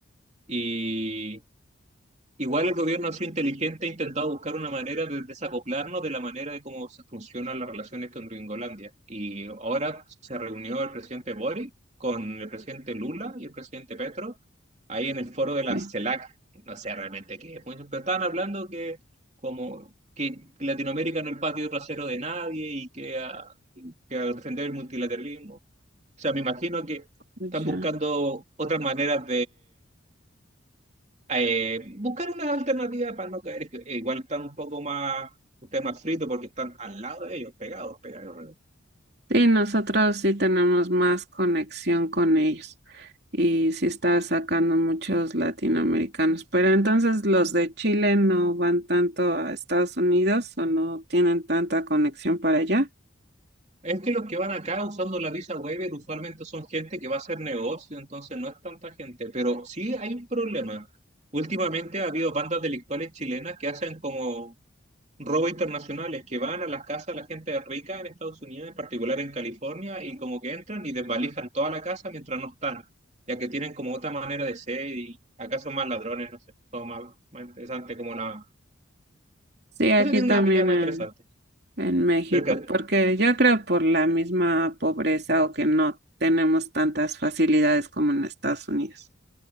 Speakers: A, on the right; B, on the right.
A: Y igual el gobierno ha sido inteligente, ha intentado buscar una manera de desacoplarnos de la manera de cómo se funcionan las relaciones con Gringolandia. Y ahora se reunió el presidente Boric con el presidente Lula y el presidente Petro ahí en el foro de la
B: Sí,
A: CELAC. No sé realmente qué es, pero estaban hablando que como que Latinoamérica no es el patio trasero de nadie y que, ah, que al defender el multilateralismo. O sea, me imagino que
B: pues
A: están
B: ya.
A: buscando otras maneras eh, buscar una alternativa para no caer. Es que, eh, igual están un poco más, ustedes más fritos porque están al lado de ellos, pegados, pegados. pegados.
B: Sí, nosotros sí tenemos más conexión con ellos y sí está sacando muchos latinoamericanos, pero entonces los de Chile no van tanto a Estados Unidos o no tienen tanta conexión para allá.
A: Es que los que van acá usando la visa waiver usualmente son gente que va a hacer negocio, entonces no es tanta gente, pero sí hay un problema. Últimamente ha habido bandas delictuales chilenas que hacen como robos internacionales que van a las casas de la gente rica en Estados Unidos, en particular en California, y como que entran y desvalijan toda la casa mientras no están, ya que tienen como otra manera de ser y acá son más ladrones, no sé, son más, más interesante como la...
B: Sí, aquí
A: No sé, tiene
B: también
A: una habilidad más
B: en,
A: interesante,
B: en México,
A: pero que,
B: porque yo creo por la misma pobreza o que no tenemos tantas facilidades como en Estados Unidos.